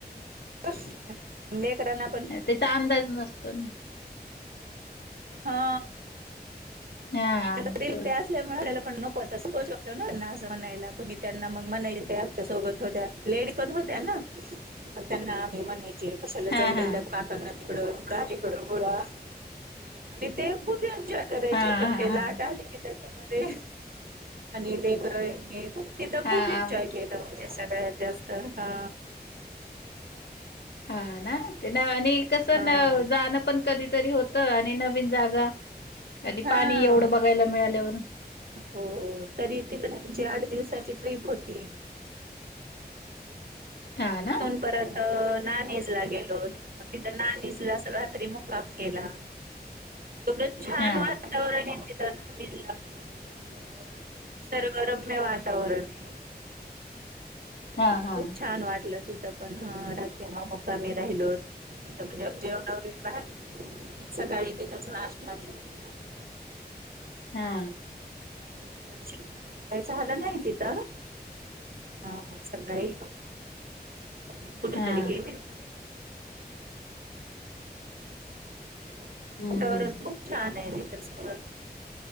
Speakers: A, on the right; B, on the left.
A: <unintelligible> पण
B: त्याचा अंदाज नसतो ना
A: हा
B: हां,
A: आता रील
B: थोडं.
A: ते असल्यामुळे आपल्याला - पण नको असत <unintelligible> त्यांना मग मानायला आमच्या सोबत होत्या लेडी पण हो- - त्याना मग त्यांना आम्ही म्हणे जे कशाला
B: हां,
A: जाऊ
B: हां.
A: देयल्यात काकांना तिकडं तुक अलीकडं गोळा आणि ते खूप एन्जॉय करायचे
B: हां,
A: पण
B: हां,
A: ते
B: हां.
A: लाट आले की त्याच्यामध्ये आणि लेकर <unintelligible> खूप तिथं
B: हां,
A: खूप एन्जॉय
B: मग ते
A: केलं म्हणजे सगळ्यात जास्त हा
B: हा ना ते ना आणि कसं
A: हा
B: न जाणं पण कधीतरी होतं आणि - विन जागा आणि
A: हा
B: पाणी एवढं बघायला मिळाल्यावर
A: हो तरी तिकडे आमची आठ दिवसाची ट्रिप होती
B: हां
A: तिथुन
B: ना.
A: परत त नाणीज ला गेलो मग तिथ नाणीजला अस रात्री मुक्काम केला एवढं छान
B: हा
A: वातावरण येते त्या नानिजला पण असं निसर्गरम्य वातावरणाय
B: हा
A: खूप
B: हा
A: छान वाटलं तिथं पण ह रात्री मध्ये कामी राहिलो तिथं म्हणजे जेवण वगैरे बाहेर <unintelligible> सकाळी तिथंच नाश्ता ते केला
B: हा
A: अे दर्शन वगैरे काहीच झालं नाही तिथं हा हा सकाळी कुठ
B: हा
A: तरी गेले होते वातावरण
B: हम्म हम्म
A: खूप छान आहे <unintelligible> एकदम